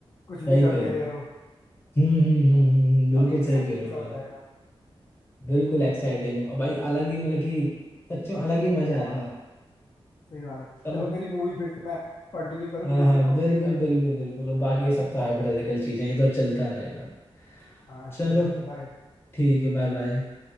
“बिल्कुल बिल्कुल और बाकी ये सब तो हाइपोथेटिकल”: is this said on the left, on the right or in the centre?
Left